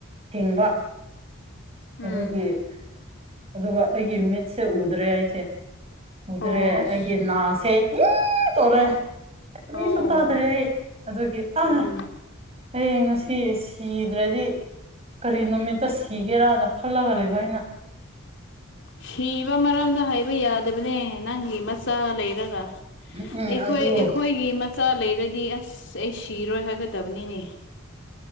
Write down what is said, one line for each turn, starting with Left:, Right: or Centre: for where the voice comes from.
Right: ꯊꯤꯡꯕ
Left: ꯎꯝ
Right: ꯑꯗꯨꯒꯤ ꯑꯗꯨꯒ ꯑꯩꯒꯤ ꯃꯤꯠꯁꯦ ꯎꯗ꯭ꯔꯦ ꯑꯩꯁꯦ ꯎꯗ꯭ꯔꯦ
Left: ꯑꯣ ꯑꯁ
Right: ꯑꯩꯒꯤ ꯅꯥꯁꯦ ꯂ ꯇꯧꯔꯦ ꯀꯔꯤꯁꯨ
Left: ꯑꯣ
Right: ꯇꯥꯗꯔꯦ ꯑꯩ ꯑꯗꯨꯒꯤ ꯑꯥ
Left: ꯎꯝ
Right: ꯑꯩ ꯉꯁꯤ ꯁꯤꯗ꯭ꯔꯗꯤ ꯀꯔꯤ ꯅꯨꯃꯤꯠꯇ ꯁꯤꯒꯦꯔꯥꯅ ꯈꯜꯂꯒ ꯂꯩꯕ ꯑꯩꯅ
Left: ꯁꯤꯕ ꯃꯔꯗ ꯍꯥꯏ ꯍꯥꯏꯕ ꯌꯥꯗꯕꯅꯦ ꯅꯪꯒꯤ ꯃꯆꯥ ꯂꯩꯔꯒꯈꯣꯏ
Right: ꯎꯝ ꯎꯝ ꯑꯗꯨ
Left: ꯑꯩꯈꯣꯏꯒꯤ ꯆꯥ ꯂꯩꯔꯗꯤ ꯑꯁ ꯑꯩ ꯁꯤꯔꯣꯏ ꯍꯥꯏꯒꯗꯕꯅꯤꯅꯦ